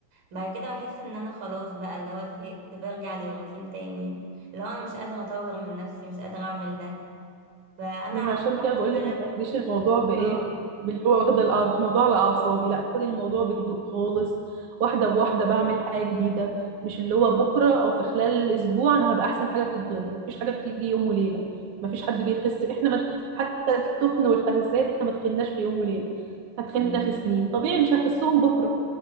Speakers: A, on the right; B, on the right.
A: بعد كده بحس ان انا خلاص بقى اللي هو زهقت برجع للروتين تاني اللي هو انا مش قادره اطور من نفسي مش قادره اعمل ده فانا
B: ما
A: عارفه
B: انا عشان كده بقول
A: ان
B: لك
A: انا
B: ما
A: لازم
B: تاخديش الموضوع بايه
A: اه
B: باللي هو واخده الأع- الموضوع على اعصابي لا خدي الموضوع بهدوء خالص واحده بواحده بعمل حاجه جديده مش اللي هو بكره او في خلال الاسبوع انا هبقى احسن حاجه في الدنيا مفيش حاجه بتيجي يوم وليله مفيش حد بيخس احنا ما حتى التخن والخسسان احنا ما تخناش في يوم وليله هتخنا
A: مم.
B: في سنين طبيعي مش هخسهم بكره